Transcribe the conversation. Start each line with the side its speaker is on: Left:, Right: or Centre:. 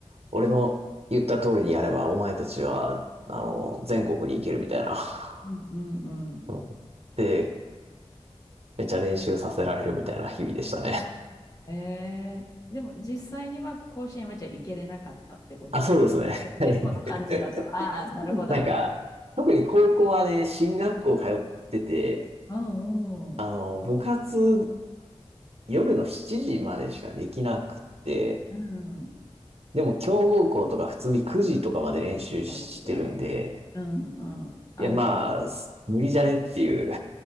Right: 俺の言った通りにやれば、お前たちは、あの、全国に行けるみたいな。<laughs>
Left: うんうんうん。
Right: うんで、めっちゃ練習させられるみたいな日々でしたね。
Left: あーえー、でも実際には甲子園はじゃあ行けれなかったってこと
Right: あ、そうですね。
Left: ですね。
Right: はい。
Left: この感じだと。ああ、なるほど。
Right: なんか、
Left: う
Right: 特に高校はね、進学校通ってて、
Left: んうん。
Right: あの、部活夜の7時までしかできなくて、
Left: うん。
Right: でも強豪校とか普通に9時とかまで練習してるんで、
Left: そうですよね。うんうん。あの、
Right: いやまあ、無理じゃねっていう。